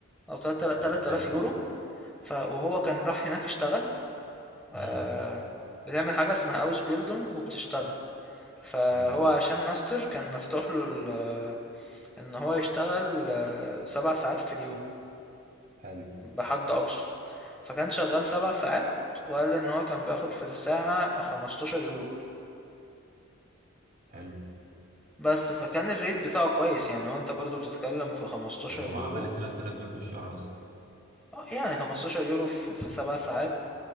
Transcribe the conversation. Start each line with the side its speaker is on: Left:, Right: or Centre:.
Centre: او 3000
Right: مش حاجه
Centre: يورو
Right: طبعا
Centre: ف... وهو كان راح هناك اشتغل آه،
Right: امم
Centre: بتعمل حاجة اسمها اوس بيلدونج وبتشتغل فهو
Right: امم
Centre: عشان ماستر كان مفتوح له ال- ان هو يشتغل آه، سبع ساعات في اليوم
Right: حلو
Centre: بحد اقصى فكان شغال سبع ساعات وقال ان هو كان بياخد في الساعة 15 يورو
Right: حلو
Centre: بس فكان الريت بتاعه كويس يعني هو انت برضو بتتكلم في 15
Right: يعني هو
Centre: يورو
Right: عمل ال 3000 دول في الشهر اصلا
Centre: آه، يعني 15 يورو في في سبع ساعات